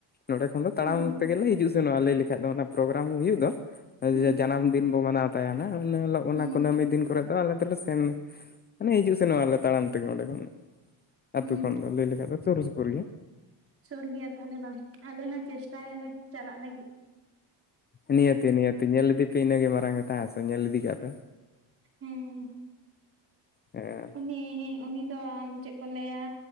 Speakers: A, on the left; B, on the right.
A: ᱱᱚᱸᱰᱮ ᱠᱷᱚᱱ ᱫᱚ ᱛᱟᱲᱟᱢ
B: ᱦᱮᱸ
A: ᱛᱮᱜᱮ ᱞᱮ ᱦᱤᱡᱩᱜ ᱥᱮᱱᱚᱜᱼᱟ ᱞᱟᱹᱭ ᱞᱮᱠᱷᱟᱡ ᱫᱚ ᱚᱱᱟ ᱯᱨᱳᱜᱨᱟᱢ ᱦᱩᱭᱩᱜ ᱫᱚ ᱱᱚᱜᱼᱚᱭ
B: ᱦᱩᱸ
A: ᱡᱮ ᱡᱟᱱᱟᱢ ᱫᱤᱱ ᱵᱚᱱ ᱢᱟᱱᱟᱣ ᱛᱟᱭᱟ ᱱᱷᱟᱜ ᱩᱱᱟ ᱦᱤᱞᱚᱜ ᱚᱱᱟ
B: ᱦᱩᱸ
A: ᱠᱩᱱᱟᱹᱢᱤ ᱫᱤᱱ ᱠᱚᱨᱮ ᱫᱚ ᱟᱞᱮ ᱫᱚᱞᱮ ᱥᱮᱱ ᱢᱟᱱᱮ ᱦᱤᱡᱩᱜ ᱥᱮᱱᱚᱜ ᱟᱞᱮ ᱛᱟᱲᱟᱢ ᱛᱮᱜᱮ ᱚᱸᱰᱮ ᱠᱷᱚᱱ ᱟᱹᱛᱩ
B: ᱦᱩᱸ
A: ᱠᱷᱚᱱ ᱫᱚ ᱞᱟᱹᱭ ᱞᱮᱠᱷᱟᱱ ᱫᱚ ᱥᱩᱨ ᱥᱩᱯᱩᱨ ᱜᱮ
B: ᱥᱩᱨ ᱜᱮᱭᱟ ᱛᱟᱦᱞᱮ ᱵᱟᱝ ᱟᱞᱮ ᱦᱚᱸ ᱪᱮᱥᱴᱟᱭᱟᱞᱮ ᱪᱟᱞᱟᱜ ᱞᱟᱹᱜᱤᱫ
A: ᱱᱤᱭᱟᱺᱛᱤ ᱱᱤᱭᱟᱺᱛᱤ ᱧᱮᱞ ᱤᱫᱤ ᱯᱮ ᱤᱱᱟᱹ ᱜᱮ ᱢᱟᱨᱟᱝ ᱠᱟᱛᱷᱟ ᱟᱥ ᱧᱮᱞ ᱤᱫᱤ ᱠᱟᱜ ᱯᱮ
B: ᱦᱮᱸ᱾
A: ᱦᱮᱸ
B: ᱩᱱᱤ ᱩᱱᱤ ᱫᱚ ᱪᱮᱫ ᱠᱚ ᱞᱟᱹᱭᱟ